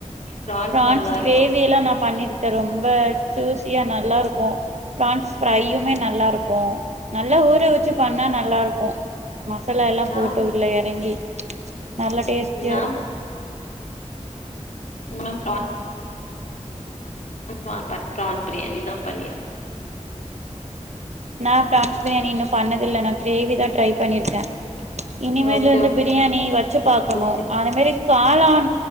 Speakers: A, on the left (about 80°); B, on the right (about 65°).
A: ப்ரான்ஸ்
B: பிரான்ஸ்
A: நல்லா இருக்கு
B: கிரேவியலா நா பண்ணிருக்க ரொம்ப ஜூசியா நல்லா இருக்கு பிரான்ஸ் ஃப்ரையுமே நல்லா இருக்கு நல்லா ஊற வச்சு பண்ணா நல்லாருக்கு மசாலா எல்லா
A: நா
B: போட்டு உள்ள எறங்கி நல்லா டேஸ்ட்டியா
A: நா
B: இருக்கு
A: இங்கலா பிரா <inaudible> பிரான்ஸ் பிரியாணிதா பண்ணின
B: நா பிரான்ஸ் பிரியாணி இன்னு பண்ணதில்ல நா கிரேவி தா ட்ரை பண்ணிர்க்க இனிமேலிர்ந்து
A: ஓகே
B: பிரியாணி வச்சு பாக்கணு
A: ஓகே
B: அதே மாரி காளான